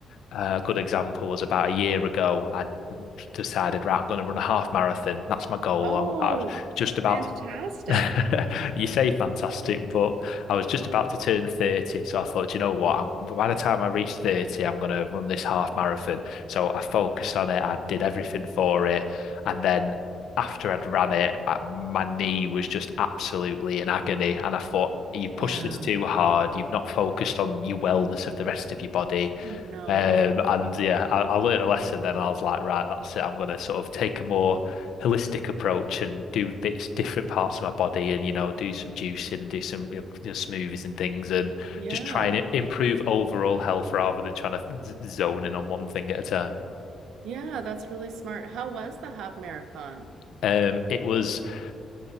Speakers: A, on the left (about 75°); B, on the right (about 80°).
A: uh, a good example was about a year ago. I decided, right, I'm going to run a half marathon. That's my goal.
B: Oh,
A: I, I was just about
B: fantastic.
A: <laughs> You say fantastic, but I was just about to turn 30, so I thought, "Do you know what? I'm, by the time I reach 30, I'm going to run this half marathon. So I focused on it, I did everything for it. And then after I'd ran it, I- my knee was just absolutely in agony. And I thought, you pushed
B: Yeah.
A: this too hard, you've not focused on your wellness of the rest of your body.
B: Oh no.
A: Um,
B: <laughs>
A: and yeah, I, I learned a lesson then. I was like, right, that's it. I'm going to sort of take a more holistic approach and do bits, different parts of my body and, you know, do some juicing and do some, you know, you know, smoothies and things and
B: Yeah.
A: just try and improve overall health rather than trying to z- zone in on one thing at a time.
B: Yeah, that's really smart. How was the half marathon? <laughs>
A: Um, it was <laughs>